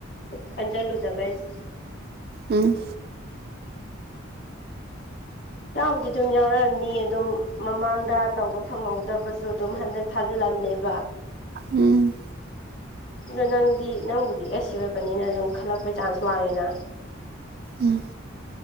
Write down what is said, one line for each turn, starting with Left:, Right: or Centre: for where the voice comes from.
Left: ꯈꯟꯖꯜꯂꯨꯗꯕꯩꯅꯦ
Right: ꯎꯝ
Left: ꯆꯥꯕꯨꯗꯤ ꯑꯗꯨꯝ ꯌꯥꯎꯔꯛꯅꯤ ꯑꯗꯨꯝ ꯃꯃꯥꯡꯗ ꯇꯧꯕ ꯐꯪꯍꯧꯗꯕꯁꯨ ꯑꯗꯨꯝ ꯍꯟꯗꯛ ꯊꯥꯖꯤꯜꯂꯝꯅꯦꯕ
Right: ꯎꯝ
Left: ꯑꯗꯣ ꯅꯪꯗꯤ ꯅꯪꯕꯨꯗꯤ ꯑꯦꯁ ꯁꯤ ꯑꯣꯏꯕꯅꯤꯅ ꯑꯗꯨꯝ ꯈꯜꯂꯛꯄꯩ ꯆꯥꯟꯁꯨ ꯋꯥꯡꯉꯤꯅ
Right: ꯎꯝ